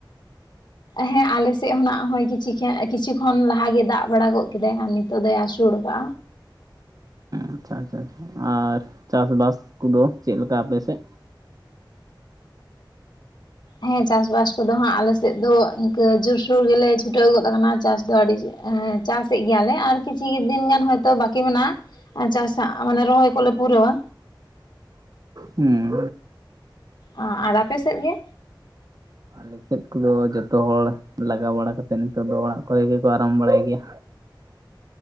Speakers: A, on the left; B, on the right.
A: ᱦᱮᱸ ᱟᱞᱮᱥᱮᱫ ᱦᱚᱸᱱᱟᱜ ᱠᱤᱪᱷᱤ ᱠᱷᱮ ᱠᱤᱪᱷᱩ ᱠᱷᱚᱱ ᱞᱟᱦᱟ ᱜᱮ ᱫᱟᱜ ᱵᱟᱲᱟ ᱜᱚᱫ ᱠᱮᱫᱟᱭ ᱟᱨ ᱱᱤᱛᱚᱜ ᱫᱚᱭ ᱟᱹᱥᱩᱲ ᱟᱠᱟᱜᱼᱟ
B: ᱟᱪᱪᱷᱟ ᱟᱪᱪᱷᱟ ᱟᱪᱪᱷᱟ ᱟᱨ ᱪᱟᱥ ᱵᱟᱥ ᱠᱚᱫᱚ ᱪᱮᱫ ᱞᱮᱠᱟ ᱟᱯᱮᱥᱮᱫ
A: ᱦᱮᱸ ᱪᱟᱥᱵᱟᱥ ᱠᱚᱫᱚ ᱦᱟᱸᱜ ᱟᱞᱮ ᱥᱮᱫ ᱫᱚ ᱤᱱᱠᱟᱹ ᱡᱳᱨᱥᱳᱨ ᱜᱮᱞᱮ ᱪᱷᱩᱴᱟᱹᱣ ᱜᱚᱫ ᱠᱟᱱᱟ ᱪᱟᱥ ᱫᱚ ᱟᱹᱰᱤ ᱪᱟᱥᱮᱫ ᱜᱮᱭᱟᱞᱮ ᱟᱨ ᱠᱤᱪᱷᱷᱤ ᱫᱤᱱ ᱜᱟᱱ ᱦᱚᱭᱛᱚ ᱵᱟᱠᱤ ᱢᱮᱱᱟᱜᱼᱟ᱾ ᱟᱨ ᱪᱟᱥᱟᱜ ᱢᱟᱱᱮ ᱨᱚᱦᱚᱭ ᱠᱚᱞᱮ ᱯᱩᱨᱟᱹᱣᱟ
B: ᱦᱮᱸ
A: ᱚ ᱟᱨ ᱟᱯᱮ ᱥᱮᱫ ᱜᱮ
B: ᱟᱞᱮ ᱥᱮᱫ ᱠᱚᱫᱚ ᱡᱚᱛᱚ ᱦᱚᱲ ᱞᱟᱜᱟᱣ ᱵᱟᱲᱟ ᱠᱟᱛᱮᱫ ᱱᱤᱛᱚᱜ ᱫᱚ ᱚᱲᱟᱜ ᱠᱚᱨᱮ ᱜᱮᱠᱚ ᱟᱨᱟᱢ ᱵᱟᱲᱟᱭ ᱜᱮᱭᱟ᱾